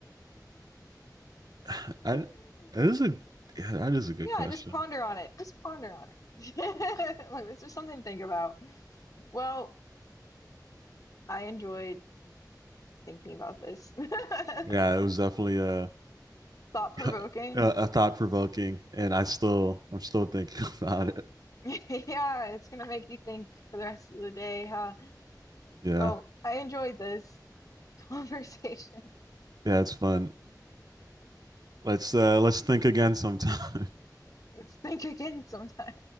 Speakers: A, on the right; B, on the left.
A: <sighs> I
B: <laughs>
A: that is a yeah, that is a good
B: yeah,
A: question.
B: just ponder on it. Just ponder on it. <laughs> Like, it's just something to think about. Well, I enjoyed thinking about this. <laughs> Thought
A: Yeah, it was definitely a
B: provoking.
A: <laughs> a,
B: <laughs>
A: a thought provoking, and I still I'm still thinking <laughs> about it.
B: Yeah, it's gonna make you think for the rest of the day, huh?
A: Yeah,
B: Well, I enjoyed this conversation.
A: yeah, it's fun. Let's uh let's think again sometime. <laughs>
B: <laughs> Think again sometime.